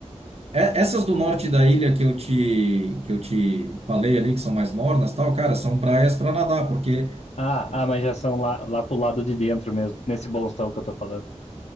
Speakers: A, on the right; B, on the left.
A: É- Essas do norte da ilha que eu te, que eu te falei ali, que são mais mornas, tal, cara, são praias para nadar, porque.
B: Ah, ah, mas já são lá, lá pro lado de dentro mesmo, nesse bolsão que eu tô falando.